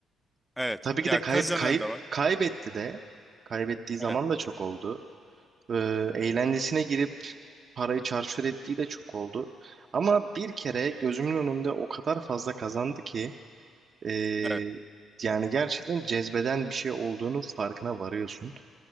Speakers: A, in the centre; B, on the right (about 50°).
A: Evet.
B: Tabii ki
A: Ya
B: de kayıp
A: kazanan
B: kayıp
A: da var.
B: kaybetti de kaybettiği zaman
A: Evet,
B: da çok oldu. Ee, eğlencesine girip parayı çarçur ettiği de çok oldu. Ama bir kere gözümün önünde o kadar fazla kazandı ki. Ee,
A: evet.
B: yani gerçekten cezbeden bir şey olduğunu farkına varıyorsun.